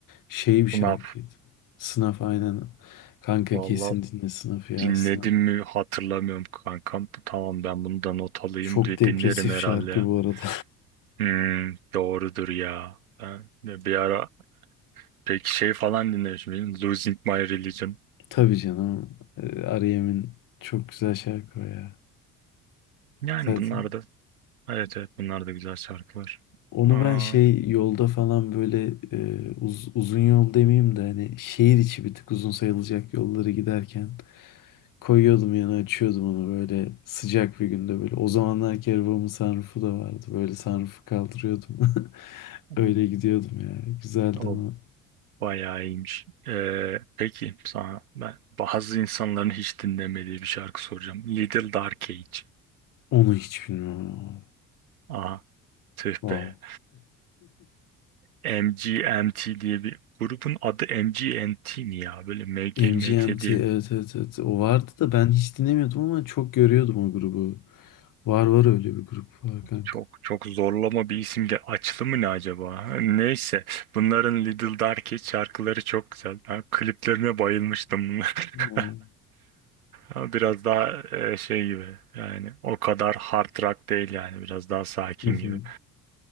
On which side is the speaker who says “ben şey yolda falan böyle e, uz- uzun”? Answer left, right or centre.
Left